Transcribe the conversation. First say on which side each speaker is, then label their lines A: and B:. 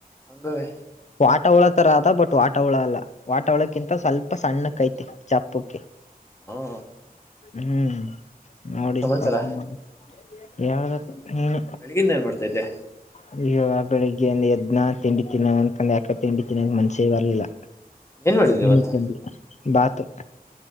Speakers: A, on the left; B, on the left.
A: ಹಂಗವೇ.
B: ವಾಟ ಹುಳ ತರ ಅದ ಬಟ್ ವಾಟ ಹುಳ ಅಲ್ಲ ವಾಟ ಹುಳಕ್ಕಿಂತ
A: ಹಾ
B: ಸ್ವಲ್ಪ ಸಣ್ಣ ಕೈತಿ ಚಪ್ಪಕ್ಕೆ.
A: ಹಾ
B: ಹ್ಮ್ ನೋಡನ್
A: ಸಮಾಚಾರ
B: ಪಾಪ <unintelligible> ಹೇಳ್ಬೇಕು ನೀವೆ.
A: ಬೆಳಗಿಂದ ಏನ್ ಮಾಡ್ತಾಯಿದ್ದೆ.
B: ಅಯ್ಯ ಬೆಳಿಗ್ಗೆ ಯಿಂದ ಎದ್ನ ತಿಂಡಿ ತಿನ್ನವ ಅಂದಕಂಡ್ ಯಾಕ ತಿಂಡಿ ತಿನ್ನಂದ ಮನ್ಷ್ಯ ಬರ್ಲಿಲ್ಲ.
A: ಏನ್ ಮಾಡಿದ್ರಿ
B: <unintelligible>
A: ಇವತ್ತು
B: ಬಾತು